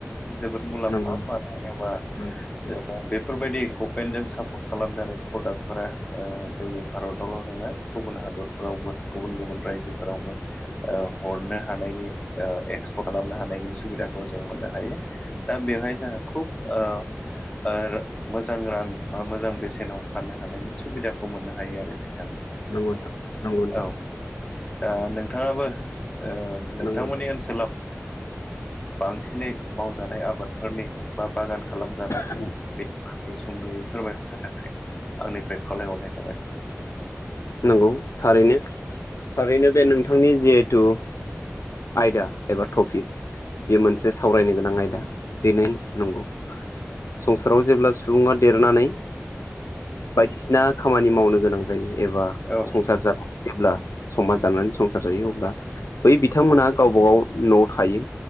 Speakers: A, on the left (about 20°); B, on the left (about 75°).
A: जोबोद मुलाम्फा
B: नोंथां
A: मानो होनोबा
B: नंगौ
A: ओ बे बेफोरबायदि गभमेन्टजों सापर्ट खालामजानाय प्रडाक्टफोरा जोंनि भारतावल' नङा। गुबुन हादरफोरावबो गुबुन गुबुन रायजोफोरावबो। ओ हरनो हानायनि एक्सपर्ट खालामनो हानायनि सुबिदाखौ जों मोननो हायो। दा बेवहाय जोंहा खुब ओ ओ मोजां रां बा मोजां बेसेनाव फाननो हानायनि सुबिदाखौ मोननो हायो आरो नोंथां।
B: नंगौ नोंथां।
A: औ दा नोंथाङाबो ओ नोंथांमोननि
B: नंगौ नोंथां नंगौ नोंथां थारैनो नंगौ नोंथां
A: ओनसोलाव, बांसिनै मावजानाय आबादफोरनि बा बागान खालामजानाय,
B: औ।
A: बेनि बागै सुंद'यै फोरमायहरनो थाखाय आंनिफ्राय खावलायहरनाय थाबाय।
B: नगौ थारैनो थारैनो बे नोंथांनि जिहेथु, आयदा एबा टपिक बे मोनसे सावरायनो गोनां आयदा। <unintelligible> नंगौ संसाराव जेब्ला सुबुङा देरनानै बायदिसिना खामानि मावनो गोनां जायो एबा
A: औ
B: संसार जाला जेब्ला समाज जानानै संसार जायो अब्ला बै बिथांमोनहा गावबा गाव न'आव थायो।